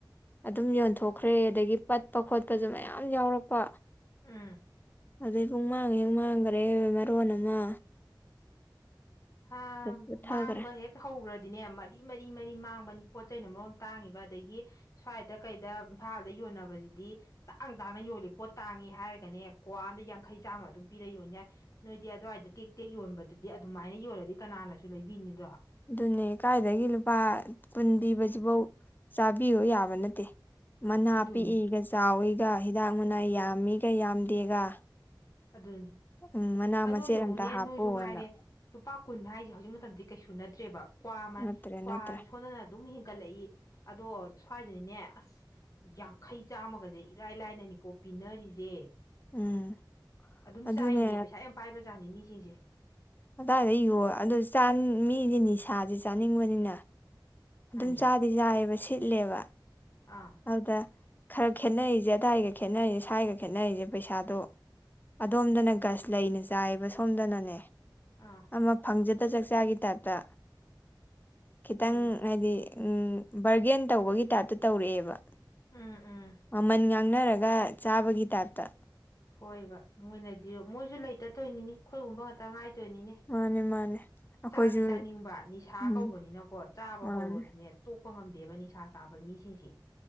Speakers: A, on the left; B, on the left.
A: ꯑꯗꯨꯝ ꯌꯣꯟꯊꯣꯛꯈ꯭ꯔꯦ ꯑꯗꯒꯤ ꯄꯠꯄ ꯈꯣꯠꯄꯁꯨ ꯃꯌꯥꯝ ꯌꯥꯎꯔꯛꯄ꯫
B: ꯎꯝ꯫
A: ꯑꯗꯩ ꯄꯨꯡ ꯃꯥꯡꯉꯦ ꯍ ꯃꯥꯡꯈ꯭ꯔꯦ ꯃꯔꯣꯟ ꯑꯃ__
B: ꯍꯥ
A: ꯄꯣꯊꯈ꯭ꯔꯦ
B: ꯃꯡꯕꯥꯍꯦꯛ꯫ ꯍꯧꯈ꯭ꯔꯗꯤꯅꯦ ꯃꯔꯤ ꯃꯔꯤ ꯃꯔꯤ ꯃꯥꯡꯕꯅꯤ ꯄꯣꯠ ꯆꯩꯅ ꯃꯔꯣꯝ ꯇꯥꯡꯉꯤꯕ ꯑꯗꯒꯤ__ ꯁ꯭ꯋꯥꯏꯗ ꯀꯩꯗ ꯏꯝꯐꯥꯜꯗ ꯌꯣꯟꯅꯕꯁꯤꯗꯤ꯫ ꯇꯥꯡ ꯇꯥꯡꯅ ꯌꯣꯜꯂꯤ ꯄꯣꯠ ꯇꯥꯡꯉꯦ ꯍꯥꯏꯔꯒꯅꯦ ꯀ꯭ꯋꯥ ꯑꯃꯗ ꯌꯥꯡꯈꯩ ꯆꯥꯝꯃ ꯑꯗꯨꯝ ꯄꯤꯔ ꯌꯣꯟꯅꯤ ꯌꯥꯏ꯫ ꯅꯣꯏꯗꯤ ꯑꯗꯨꯋꯥꯏꯗ ꯇꯦꯛ ꯇꯦꯛ ꯌꯣꯟꯕꯗꯨꯗꯤ ꯑꯗꯨꯃꯥꯏꯅ ꯌꯣꯜꯂꯗꯤ ꯀꯅꯥꯅꯁꯨ ꯂꯩꯕꯤꯅꯤꯗꯣ꯫
A: ꯑꯗꯨꯅꯦ ꯀꯥꯏꯗꯒꯤ ꯂꯨꯄꯥ ꯀꯨꯟ ꯄꯤꯕꯁꯤꯐꯧ ꯆꯥꯕꯤꯌꯨ ꯌꯥꯕ ꯅꯠꯇꯦ꯫ ꯃꯅꯥ
B: ꯑꯗꯨꯅꯤ
A: ꯄꯤꯛꯏꯒ ꯆꯥꯎꯏꯒ ꯍꯤꯗꯥꯛ ꯃꯅꯥ ꯌꯥꯝꯃꯤꯒ ꯌꯥꯝꯗꯦꯒ꯫
B: ꯑꯗꯨꯅꯤ꯫
A: ꯎꯝ ꯃꯅꯥ
B: ꯑꯗꯨ
A: ꯃꯆꯦꯠ
B: ꯌꯦꯡꯉꯨꯅꯦ
A: ꯑꯃꯝꯇ ꯍꯥꯞꯄꯑꯣꯅ꯫
B: ꯅꯣꯏꯁꯨ ꯉꯥꯏꯔꯦ ꯂꯨꯄꯥ ꯀꯨꯟ ꯍꯥꯏꯁꯦ ꯍꯧꯖꯤꯛ ꯃꯇꯝꯗꯤ ꯀꯩꯁꯨ ꯅꯠꯇ꯭ꯔꯦꯕ꯫ ꯀ꯭
A: ꯅꯠꯇ꯭ꯔꯦ
B: ꯀ꯭ꯋꯥ
A: ꯅꯠꯇ꯭ꯔꯦ
B: ꯁꯣꯟꯗꯅ ꯑꯗꯨꯝ ꯍꯦꯟꯒꯠꯂꯛꯏ ꯑꯗꯣ ꯁ꯭ꯋꯥꯏꯗꯗꯤꯅꯦ ꯑꯁ__ ꯌꯥꯡꯈꯩ ꯆꯥꯝꯃꯒꯁꯦ ꯏꯔꯥꯏ ꯂꯥꯏꯅꯅꯤꯀꯣ ꯄꯤꯟꯅꯔꯤꯁꯦ꯫
A: ꯎꯝ꯫
B: ꯑꯗꯨꯝ
A: ꯑꯗꯨꯅꯦ
B: ꯆꯥꯏꯏꯅꯦ ꯄꯩꯁꯥ ꯌꯥꯝ ꯄꯥꯏꯕꯖꯥꯠꯅꯤ ꯃꯤꯁꯤꯡꯁꯦ꯫
A: ꯑꯗꯨꯏꯗ ꯌꯣ ꯑꯗꯨ ꯃꯤꯁꯦ ꯅꯤꯁꯥꯁꯦ ꯆꯥꯅꯤꯡꯕꯅꯤꯅ꯫ ꯑꯗꯨꯝ
B: ꯃꯥꯅꯦ
A: ꯆꯥꯗꯤ ꯆꯥꯏꯑꯕ ꯁꯤꯠꯂꯦꯕ꯫
B: ꯑꯥ꯫
A: ꯑꯗꯨꯗ ꯈꯔ ꯈꯦꯠꯅꯔꯤꯁꯦ ꯑꯗꯥꯏꯒ ꯈꯦꯠꯅꯩꯁꯦ ꯁ꯭ꯋꯥꯏꯒ ꯈꯦꯠꯅꯔꯤꯁꯦ ꯄꯩꯁꯥꯗꯣ__ ꯑꯗꯣꯝꯗꯅ ꯒꯁ ꯂꯩꯅ ꯆꯥꯏꯑꯕ ꯁꯣꯝꯗꯅꯅꯦ꯫
B: ꯑꯥ꯫
A: ꯑꯃ ꯐꯪꯖꯗ꯭ꯔ ꯆꯛꯆꯥꯒꯤ ꯇꯥꯏꯞꯇ ꯈꯤꯇꯪ
B: ꯍꯣꯏꯅꯦ
A: ꯍꯥꯏꯗꯤ__ ꯎꯝ ꯕꯔꯒꯦꯟ ꯇꯧꯕꯒꯤ ꯇꯥꯏꯞꯇ ꯇꯧꯔꯛꯑꯦꯕ
B: ꯎꯝ ꯎꯝ
A: ꯃꯃꯟ__ ꯈꯛꯅꯔꯒ ꯆꯥꯕꯒꯤ ꯇꯥꯏꯞꯇ꯫
B: ꯍꯣꯏꯕ ꯃꯣꯏꯅꯗꯤꯁꯨ ꯃꯣꯏꯁꯨ ꯂꯩꯇꯠꯇꯣꯏꯅꯤꯅꯤ ꯈꯈꯣꯏꯒꯨꯝꯕ ꯉꯥꯛꯛꯇ ꯉꯥꯏꯗꯣꯏꯅꯤꯅꯦ꯫
A: ꯃꯥꯅꯦ ꯃꯥꯅꯦ ꯑꯩꯈꯣꯏꯁꯨ
B: ꯆꯥꯗꯤ ꯆꯥꯅꯤꯡꯕ ꯅꯤꯁꯥ
A: ꯎꯝ
B: ꯀꯧꯕꯅꯤꯅꯀꯣ ꯆꯥꯕ
A: ꯃꯥꯅꯦ
B: ꯍꯧꯔꯣꯗꯤꯅꯦ__ ꯇꯣꯛꯄ ꯉꯝꯗꯦꯕ ꯅꯤꯁꯥ ꯆꯥꯕ ꯃꯤꯁꯤꯡꯁꯦ꯫